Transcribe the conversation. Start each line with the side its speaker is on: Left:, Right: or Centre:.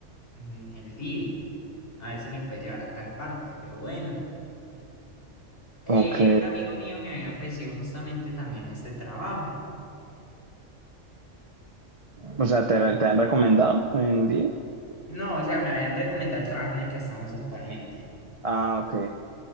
Left: mm, el Didi, a ver si me puedes llevar a tal parte. Yo, bueno, Eh,
Right: Ok.
Left: un amigo mío me había ofrecido justamente también este trabajo.
Right: O sea, ¿te, te han recomendado en día?
Left: No, o sea, me habían recomendado el trabajo en el que estamos actualmente.
Right: Ah, ok.